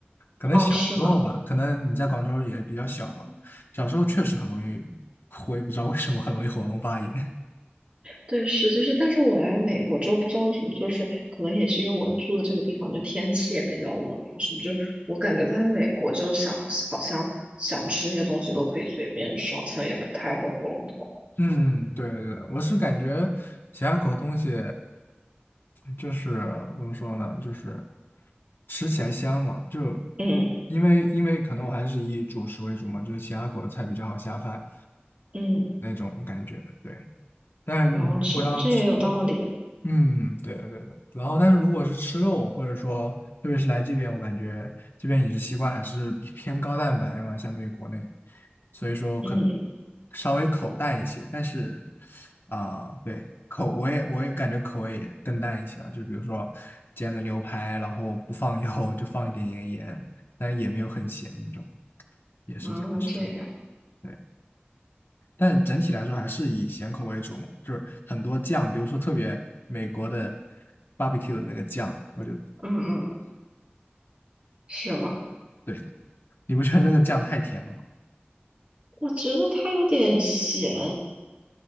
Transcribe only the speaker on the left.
可能小时候吧，
可能你在广州也比较小嘛，小时候确实很容易，我也不知道为什么很容易喉咙发炎。
<laughs> 嗯，对对对，我是感觉咸鸭口的东西就是怎么说呢，就是吃起来香嘛，就
因为因为可能我还是以主食为主嘛，就是咸鸭口的菜比较好下饭
那种感觉。对，但你如果要吃
嗯，对的对的。然后，但是如果是吃肉，或者说特别是来这边，我感觉这边饮食习惯还是偏高蛋白嘛，相对于国内，所以说可能
稍微口淡一些。但是啊、对，口我也我也感觉口味也更淡一些啊，就比如说煎个牛排，然后不放 <laughs> 油，就放一点盐盐，但也没有很咸那种，也是这样吃的。
对但整体来说还是以咸口为主嘛，就是很多酱，比如说特别美国的 barbecue 的那个酱，我就
对，你不觉得那个酱太甜了吗？